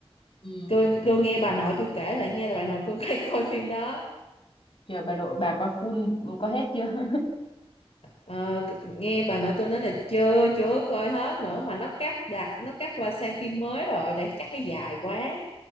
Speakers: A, on the left; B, on the left.
A: Ừ.
B: tôi tôi nghe bà nội tôi kể lại nha bà nội tôi hay <laughs> coi phim đó
A: Trời bà nội bà coi full có hết chưa? <laughs>
B: Ờ, nghe bà nội tôi nói là chưa chưa coi hết nữa mà nó cắt đã nó cắt qua sang phim mới rồi để chắc thấy dài quá